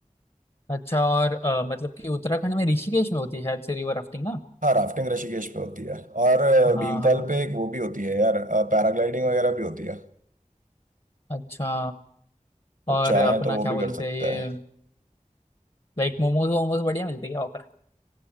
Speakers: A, on the left; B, on the right.
A: अच्छा और अ, मतलब कि उत्तराखंड में ऋषिकेश में होती है शायद से रिवर राफ्टिंग ना
B: हाँ राफ्टिंग ऋषिकेश पे होती है और अ,
A: हाँ
B: भीमताल
A: हाँ हाँ
B: पे एक वो भी होती है यार पैराग्लाइडिंग वगैरह भी होती है
A: अच्छा
B: तो
A: और
B: चाहे
A: अपना
B: तो वो
A: क्या
B: भी
A: बोलते
B: कर सकते
A: हैं ये
B: हैं
A: लाइक मोमोज वोमोज बढ़िया मिलते हैं क्या वहाँ पर